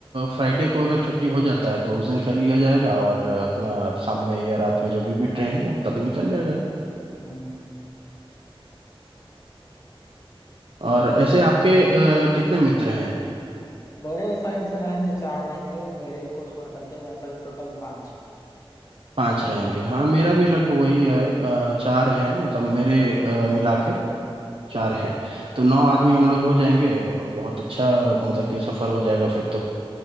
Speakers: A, on the right (about 65°); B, on the left (about 35°).
A: फ्राइडे को अगर छुट्टी हो जाता है तो उस दिन
B: हम्म,
A: कर लिया जाएगा और अ, अपना शाम में या रात में जो भी भी ट्रेन है तब निकल जाएगा
B: हम्म।
A: और ऐसे आपके अ, कितने मित्र हैं
B: मेरे साइड से रहेंगे चार रहेंगे मेरे को छोड़ करके मतलब टोटल पांच
A: पाँच रहेंगे हाँ मेरा भी
B: हाँ।
A: लगभग वही है अ, चार हैं मतलब मेरे अ, मिलाकर चार हैं तो नौ आदमी हम लोग हो जाएंगे बहुत अच्छा मतलब कि सफर हो जाएगा फिर तो